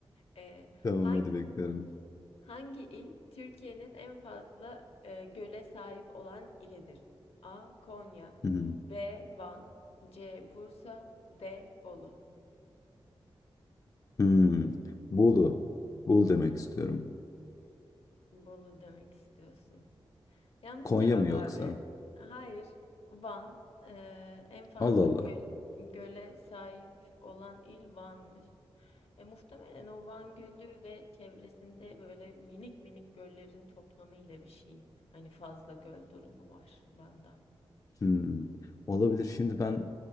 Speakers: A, on the left; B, on the left.
A: Ee,
B: Tamam
A: hangi
B: hadi bekliyorum.
A: Hangi il Türkiye'nin en fazla e, göle sahip olan ilidir? A. Konya
B: Hmm.
A: B. Van C. Bursa D. Bolu.
B: Hmm. Bolu. Bolu demek istiyorum.
A: Bolu demek istiyorsun. Yanlış
B: Konya
A: cevap
B: mı yoksa?
A: abi. Hayır. Van e, en fazla
B: Allah Allah.
A: göl, göle sahip olan il Van'mış. E, muhtemelen o Van Gölü ve çevresinde böyle minik minik göllerin toplamıyla bir şey. Hani fazla göl durumu var Van'da.
B: Hımm. Olabilir. Şimdi ben,